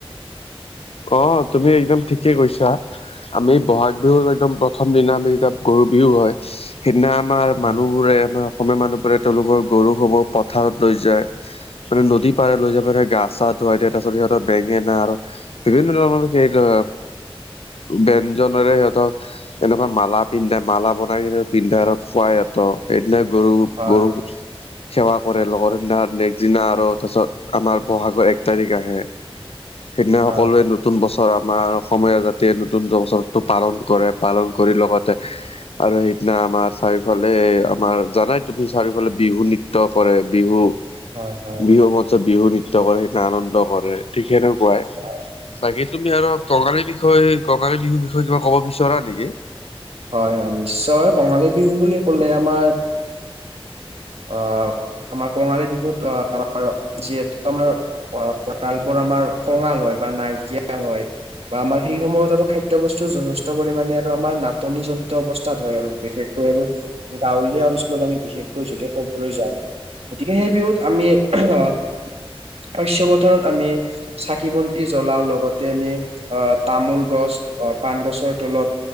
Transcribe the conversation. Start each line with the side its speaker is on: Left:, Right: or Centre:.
Left: অ', তুমি একদম ঠিকে কৈছা। আমি ব'হাগ বিহু একদম প্ৰথম দিনা আমি যেতিয়া গৰু বিহু হয়। সেইদিনা আমাৰ
Right: হয়
Left: মানুহ বোৰে আমাৰ অসমীয়া মানুহবোৰে তেওঁলোকৰ গৰুসমূহ পথাৰত লৈ যায় মানে নদী পাৰে লৈ যাবে গা- চা ধুৱাই দিয়া তাৰ পাছত সিহঁত বেঙেনা আৰু বিভিন্ন ধৰণৰ সেইটো ব্যঞ্জনেৰে সিহঁতক এনেকুৱা মালা পিন্ধাই মালা বনাই কিনে পিন্ধে আৰু খুৱাই সিহঁত সেইদিনা গৰু,
Right: হয়
Left: গৰু সেৱা কৰে লগৰ সিদিনা নেক্স দিনা আৰু তাৰ পিছত আমাৰ বহাগৰ এক তাৰিখ আহে সেইদিনা
Right: হয়
Left: সকলোৱে নতুন বছৰ আমাৰ অসমীয়া জাতিৰ নতুন বছৰটো পালন কৰে পালন কৰি লগতে আৰু সেইদিনা আমাৰ চাৰিওফালে আমাৰ জানাই তুমি চাৰিওফালে বিহু নৃত্য কৰে বিহু
Right: হয় হয়
Left: বিহু মঞ্চত বিহু নৃত্য কৰে সেইটোনা আনন্দ কৰে ঠিক সেনেকুৱাই
Right: হয়
Left: বাকী তুমি আৰু টঙালী বিষয়ে কঙালী বিহুৰ বিষয়ে কিবা ক'ব বিচৰা নেকি
Right: হয় হয় নিশ্চয় কঙালী বিহু বুলি কলে আমাৰ অ আমাৰ কঙালী বিহুত অ অ যিহেতু আমাৰ অ ভৰাল বোৰ আমাৰ কঙাল হয় বা নাইকিয়া হয় বা আমাৰ সেই সময়ত আৰু খাদ্য বস্তু যথেষ্ট পৰিমানে আৰু আমাৰ নাটনি জনিত অৱস্থাত হয় আৰু বিশেষ কে আৰু গাঁৱলীয়া অঞ্চলত আমি বিশেষকৈ যটো কবলৈ যাওঁ গতিকে সেই বিহুত আমি আহ শস্য পথাৰত আমি চাকি বন্তি জ্বলাও লগতে আমি আহ তামোল গছ বা পান গছৰ তলত